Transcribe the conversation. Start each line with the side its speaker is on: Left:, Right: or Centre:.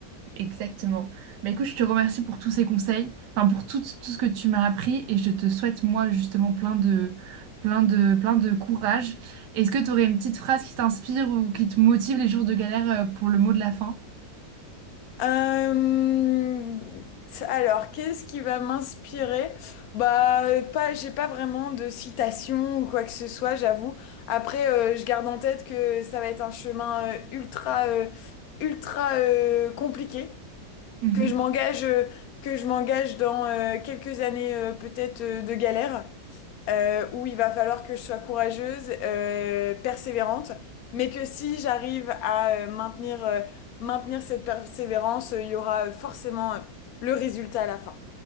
Right: Exactement. Mais écoute, je te remercie pour tous ces conseils, enfin pour tout, tout ce que tu m'as appris et je te souhaite moi justement plein de plein de plein de courage. Est-ce que tu aurais une petite phrase qui t'inspire ou qui te motive les jours de galère euh, pour le mot de la fin?
Left: Euh, alors, qu'est-ce qui va m'inspirer? Bah, pas, j'ai pas vraiment de citation ou quoi que ce soit, j'avoue. Après, euh, je garde en tête que ça va être un chemin euh, ultra, euh, ultra euh, compliqué,
Right: Mhm.
Left: que je m'engage, euh, que je m'engage dans euh, quelques années euh, peut-être euh, de galère euh, où il va falloir que je sois courageuse, euh, persévérante, mais que si j'arrive à euh, maintenir, euh, maintenir cette persévérance, euh, il y aura forcément euh, le résultat à la fin.